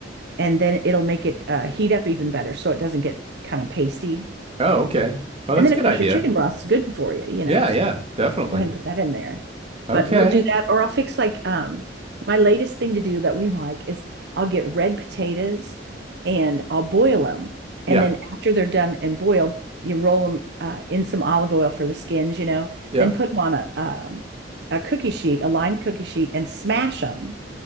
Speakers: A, on the right; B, on the right.
A: and then it'll make it uh, heat up even better so it doesn't get kind of pasty.
B: Oh, okay. Oh, that's
A: And then
B: a good
A: of course
B: idea.
A: your chicken broth's good for you, you
B: Yeah,
A: know.
B: yeah, definitely.
A: Go ahead and put that in there.
B: Okay.
A: But we'll do that, or I'll fix like um my latest thing to do that we <laughs> like is I'll get red potatoes and I'll boil them.
B: Yeah.
A: And then after they're done and boiled, you roll them uh, in some olive oil for the skins, you know,
B: Yep.
A: then put them on a um, a cookie sheet, a lined cookie sheet, and smash them.